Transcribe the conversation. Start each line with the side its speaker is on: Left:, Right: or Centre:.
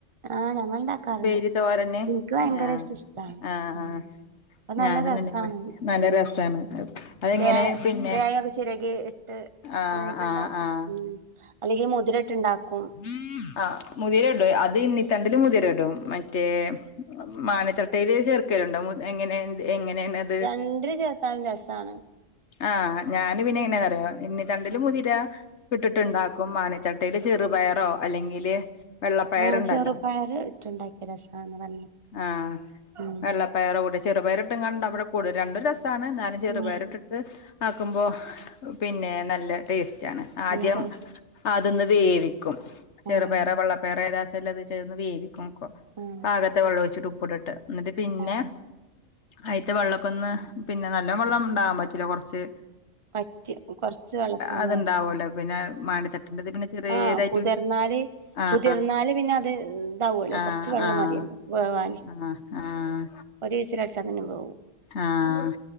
Right: ആ ഞങ്ങൾ ഉണ്ടാക്കാറുണ്ട്
Left: ഇപ്പേരി തോരന്
Right: എനിക്ക് ഭയങ്കര
Left: ആഹ്
Right: ഇഷ്ട ഇഷ്ടാണ്
Left: ആഹ്
Right: ആ അപ്പൊ
Left: ഞാന്
Right: നല്ല രസാണ്
Left: ഇന്ന് വെ നല്ല
Right: ഉം
Left: രസാണ്. അതെങ്ങനെ
Right: തേ
Left: പിന്നെ
Right: തേങ്ങൊക്കെ ചിരകി ഇട്ട്
Left: ആഹ്
Right: അങ്ങനൊക്കെ
Left: ആഹ്
Right: ഇണ്ടാക്കും.
Left: ആഹ്
Right: ഉം അല്ലെങ്കി മുതിര ഇട്ട്ണ്ടാക്കും.
Left: <inaudible> ആഹ് മുതിര ഇടും. അത് ഇണ്ണിത്തണ്ടില് മുതിര ഇടും മറ്റേ മാണിത്തട്ടേല് ചേർക്കല്ണ്ടോ മു എങ്ങനെ എങ്ങനേണ് അത്.
Right: രണ്ട്ലു ചേർത്താലും രസാണ്.
Left: ആഹ് ഞാന് പിന്നെ എങ്ങനെന്നറിയോ ഇണ്ണിത്തണ്ടില് മുതിര ഇട്ടിട്ട് ഇണ്ടാക്കും. മാണിത്തട്ടേല് ചെറുപയറോ അല്ലെങ്കില് വെള്ളപ്പയർ
Right: ആഹ്
Left: ഇണ്ടല്ലോ
Right: ചെറുപയർ ഇട്ടുണ്ടാക്കിയ രസാന്ന് പറഞ്ഞെ
Left: ആഹ്
Right: ഉം
Left: വെള്ള പയറ് കൂടി ചെറുപയറ് ഇട്ട്ങ്ങാണ്ട് ഇണ്ടാക്കുമ്പഴ കൂടുതല് രണ്ടും രസാണ്. ഇന്നാലും ചെറുപയറ്
Right: ഉം
Left: ഇട്ടിട്ട് ആക്കുമ്പോ പിന്നെ നല്ല ടേസ്റ്റണ്. ആദ്യം
Right: നല്ല ടേസ്റ്റ്
Left: അതൊന്ന് വേവി ക്കും ചെറുപേറാ
Right: ആഹ്
Left: വെള്ളപ്പേറാ ഏതാച്ച ഇല്ലത്ച്ഛാ വേവി
Right: ആഹ്
Left: പാകത്തെ വെള്ളൊയിച്ഛ് ഉപ്പ് ഇട്ടിട്ട് ഇന്നട്ട് പിന്നെ
Right: ആഹ്
Left: അയിത്തെ വള്ളക്കൊന്ന് പിന്നെ നല്ലോം വള്ളം ഇണ്ടാവാൻ പറ്റൂല കൊറ്ച്ച്
Right: പറ്റാ കൊറ് ച്ച് വള്ളത്ത്ലേ
Left: അത്ണ്ടാവല്ലോ പിന്നെ മാണിത്തട്ടിന്റെത് പിന്നെ ചെറിയതായിട്ട്
Right: ആഹ് പുതിർന്നാല്
Left: ആഹ്
Right: കുതിർന്നാല് പിന്നെ അത് ഇതാവൊല്ലോ
Left: ആഹ്
Right: കൊർച്ച് വള്ളം
Left: ആഹ്
Right: മതില്ലോ വേവാന്
Left: ആഹ് ആഹ്
Right: ഒര് വിസില് അടിച്ചാ തന്നെ വേവും
Left: ആഹ്